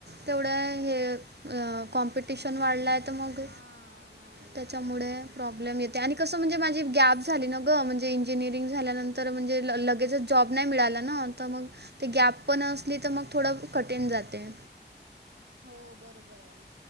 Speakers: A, on the right; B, on the right.
A: तेवढ्या हे अ कॉम्पिट ट्यिशन वाढलाय त मग,
B: हां नाही
A: त्याच्यामुळे
B: मिळत आणि
A: प्रॉब्लेम येत ते आणि कसं, म्हणजे माझी गॅप झाली ना गं, म्हणजे इंजिनिअरिंग झाल्यानंतर, म्हणजे ल-लगेच जॉब नही मिळाला ना, त मग, ते गॅप पण असली त मग, थोडं कठीण जाते.
B: हो, बरोबर ये.